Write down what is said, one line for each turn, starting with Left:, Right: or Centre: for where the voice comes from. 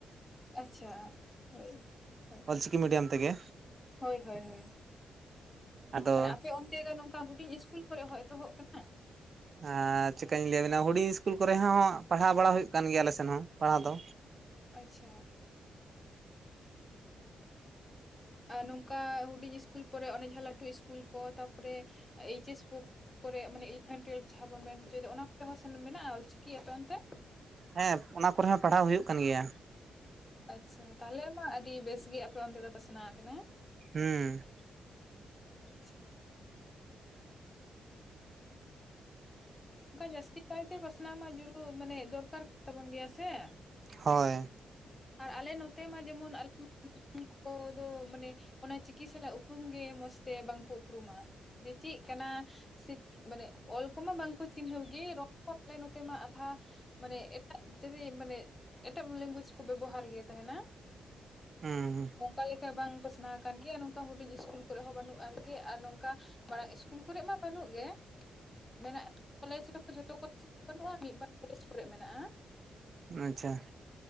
Left: ᱟᱪᱪᱷᱟ ᱦᱳᱭ-ᱦᱳᱭ ᱾
Right: ᱚᱞᱪᱤᱠᱤ ᱢᱤᱰᱤᱭᱟᱢ ᱛᱮᱜᱮ
Left: ᱦᱳᱭᱻᱦᱳᱭᱻᱦᱳᱭ,
Right: ᱟᱫᱚ
Left: ᱢᱟᱱᱮ ᱟᱯᱮ ᱚᱱᱛᱮ ᱫᱚ ᱱᱚᱝᱠᱟ ᱦᱩᱰᱤᱧ ᱤᱥ ᱤᱥᱠᱩᱞ ᱠᱚᱨᱮ ᱦᱚᱸ ᱮᱛᱚᱦᱚᱜ ᱠᱟᱱᱟ ᱾
Right: ᱟᱨ ᱪᱤᱠᱠᱟᱹᱧ ᱞᱟᱹᱭᱟᱵᱮᱱᱟ ᱦᱩᱰᱤᱧ ᱤᱥᱠᱩᱞ ᱠᱚᱨᱮ ᱦᱚᱸ ᱯᱟᱲᱦᱟᱣ ᱵᱟᱲᱟ ᱦᱩᱭᱩᱜ ᱠᱟᱱ ᱜᱮᱭᱟ ᱟᱞᱮ ᱥᱮᱱ ᱦᱚᱸ ᱯᱟᱲᱦᱟᱣ ᱫᱚ
Left: ᱟᱪᱪᱷᱟ ᱟᱨ ᱱᱚᱝᱠᱟ ᱦᱩᱰᱤᱧ ᱤᱥᱠᱩᱞ ᱯᱚᱨᱮ, ᱚᱱᱮ ᱡᱟᱦᱟᱸ ᱞᱟᱹᱴᱩ ᱤᱥᱠᱩᱞ ᱠᱚ ᱛᱟᱨᱯᱚᱨᱮ ᱮᱭᱤᱪ ᱮᱥ ᱠᱚ ᱠᱚᱨᱮ ᱢᱟᱱᱮ ᱤᱞᱮᱵᱷᱮᱱ ᱴᱩᱭᱮᱞᱵᱷ ᱡᱟᱦᱟᱸ ᱵᱚᱱ ᱢᱮᱱ ᱦᱚᱪᱚᱭᱮᱫᱟ ᱚᱱᱟ ᱠᱚᱨᱮ ᱦᱚᱸ ᱢᱮᱱᱟᱜᱼᱟ ᱚᱞᱪᱤᱠᱤ ᱮᱯᱮ ᱚᱱ ᱛᱮ
Right: ᱦᱮᱸ ᱚᱱᱟ ᱠᱚᱨᱮ ᱦᱚᱸ ᱯᱟᱲᱦᱟᱣ ᱦᱩᱭᱩᱜ ᱠᱟᱱ ᱜᱮᱭᱟ
Left: ᱟᱪᱪᱷᱟ ᱛᱟᱦᱞᱮ ᱢᱟ ᱟᱹᱰᱤ ᱵᱮᱥ ᱜᱮ ᱟᱯᱮ ᱚᱱᱛᱮ ᱫᱚ ᱯᱟᱥᱱᱟᱣ ᱟᱠᱟᱱᱟ
Right: ᱦᱮᱸ
Left: ᱟᱪᱪᱷᱟ ᱚᱱᱠᱟ ᱡᱟᱹᱥᱛᱤ ᱠᱟᱭᱛᱮ ᱯᱟᱥᱱᱟᱣ ᱢᱟ ᱡᱩᱨᱩ ᱢᱟᱱᱮ ᱫᱚᱨᱠᱟᱨ ᱛᱟᱵᱚᱱ ᱜᱮᱭᱟ ᱥᱮ
Right: ᱦᱳᱭ
Left: ᱟᱨ ᱟᱞᱮ ᱱᱚᱛᱮ ᱢᱟ ᱡᱮᱢᱚᱱ ᱩᱱᱠᱩ ᱫᱚ ᱢᱟᱱᱮ ᱚᱱᱟ ᱪᱤᱠᱤ ᱥᱟᱞᱟᱜ ᱩᱯᱨᱩᱢ ᱜᱮ ᱢᱚᱸᱡᱽ ᱛᱮ ᱵᱟᱝᱠᱚ ᱩᱯᱨᱩᱢᱟ ᱡᱮ ᱪᱮᱫ ᱠᱟᱱᱟ ᱥᱮ ᱢᱟᱱᱮ ᱚᱞ ᱠᱚᱢᱟ ᱵᱟᱝᱠᱚ ᱪᱤᱱᱦᱟᱹᱣ ᱜᱮ <unintelligible> ᱟᱞᱮ ᱱᱚᱛᱮ ᱢᱟ ᱟᱫᱷᱟ ᱢᱟᱱᱮ ᱮᱴᱟᱜ ᱡᱟᱹᱫᱤ ᱢᱟᱱᱮ ᱮᱴᱟᱜ ᱞᱮᱝᱜᱽᱣᱮᱡᱽ ᱠᱚ ᱵᱮᱵᱚᱦᱟᱨ ᱜᱮ ᱛᱟᱦᱮᱸᱱᱟ
Right: ᱦᱩᱸᱦᱩᱸ
Left: ᱳᱱᱠᱟ ᱞᱮᱠᱟ ᱵᱟᱝ ᱯᱟᱥᱱᱟᱣ ᱟᱠᱟᱱ ᱜᱮᱭᱟ ᱱᱳᱝᱠᱟ ᱦᱩᱰᱤᱧ ᱤᱥᱠᱩᱞ ᱠᱚᱨᱮ ᱦᱚᱸ ᱵᱟᱹᱱᱩᱜ ᱟᱨ ᱱᱚᱝᱠᱟ ᱢᱟᱲᱟᱝ ᱥᱠᱩᱞ ᱠᱚᱨᱮ ᱢᱟ ᱵᱟᱹᱱᱩᱜ ᱜᱮ ᱢᱮᱱᱟᱜᱼᱟ ᱠᱚᱞᱮᱡᱽ ᱨᱮᱫᱚ ᱡᱚᱛᱚ ᱠᱚ ᱵᱟᱹᱱᱩᱜᱼᱟ ᱢᱤᱫ ᱵᱟᱨ ᱠᱚᱞᱮᱡᱽ ᱠᱚᱨᱮᱜ ᱢᱮᱱᱟᱜᱼᱟ
Right: ᱟᱪᱪᱷᱟ